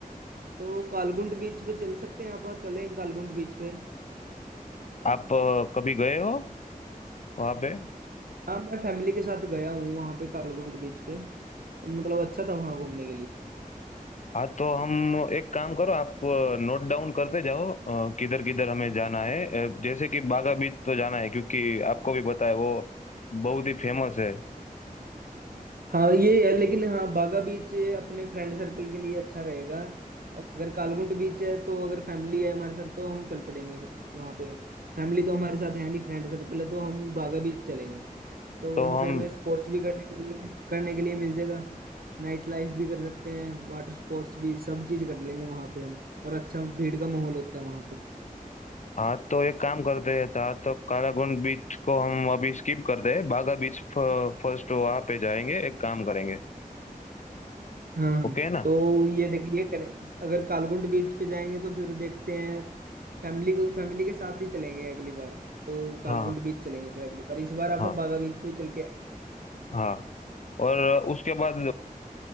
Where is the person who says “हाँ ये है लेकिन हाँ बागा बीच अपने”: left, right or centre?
Right